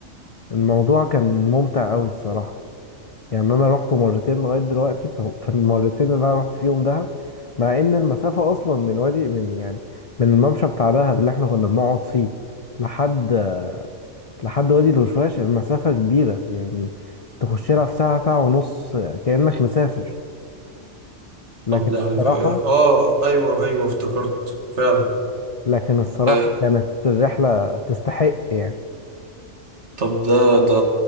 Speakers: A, on the left; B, on the right.
A: الموضوع كان ممتع أوي الصراحة يعني أنا روحته مرتين لغاية دلوقتي ف- في المرتين اللي أنا رحت فيهم دهب مع إن المسافة أصلا من وادي من يعني من الممشى بتاع دهب اللي إحنا كنا بنقعد فيه لحد لحد وادي الوشواش المسافة كبيرة يعني تخش لها في ساعة ساعة ونص كأنك مسافر لكن
B: طب ده
A: الصراحة
B: على فكرة اه ايوه ايوه افتكرت فعلا
A: لكن الصراحة
B: آه،
A: كانت الرحلة تستحق يعني
B: طب ده ده